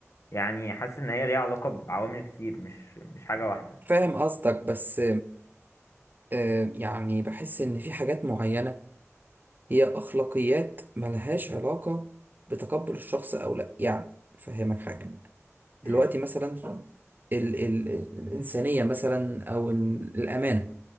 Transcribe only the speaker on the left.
يعني حاسس إن هي ليها علاقة بعوامل كتير مش مش حاجة واحدة
مم.